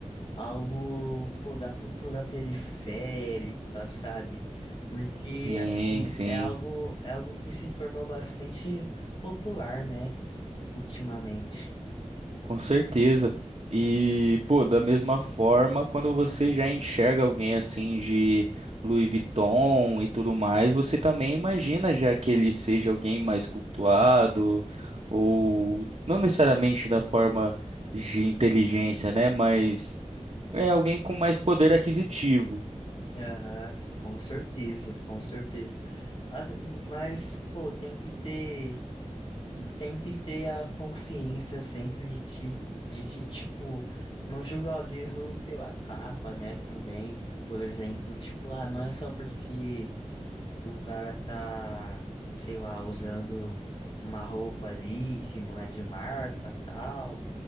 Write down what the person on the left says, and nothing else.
algo, pô, da cultura periférica, sabe? Porque,
assim,
é algo, é algo que se tornou bastante popular, né, ultimamente.
Aham, com certeza, com certeza. Ah, Mas, pô, tem que ter, e tem que ter a consciência sempre de que, de que, tipo, não julgar o livro pela capa, né, também, por exemplo, tipo, ah, não é só porque O cara tá, sei lá, usando uma roupa ali que não é de marca, tal,